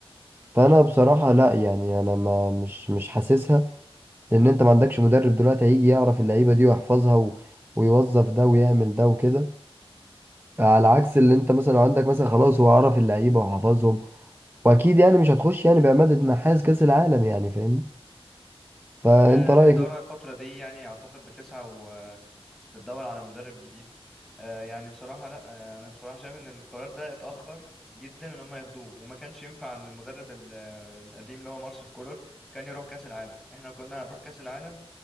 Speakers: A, on the right; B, in the centre.
A: فانا بصراحه لا يعني انا ما مش مش حاسسها لان انت ما عندكش مدرب دلوقتي هيجي يعرف اللعيبه دي ويحفظها و... ويوظف ده ويعمل ده وكده على عكس اللي انت مثلا لو عندك مثلا خلاص هو عرف اللعيبه وحفظهم واكيد يعني مش هتخش يعني بعماده نحاس كاس العالم يعني فاهمني فانت
B: آه،
A: رايك
B: الإدارة
A: ايه
B: الفترة دي يعني أعتقد بتسعى بتدور على مدرب جديد آه يعني بصراحة لا آه انا بصراحة شايف ان القرار ده اتأخر جدا ان هم ياخدوه وما كانش ينفع ان المدرب ال- آه، القديم اللي هو مارسيل كولر كان يروح كأس العالم احنا كنا هنروح كأس العالم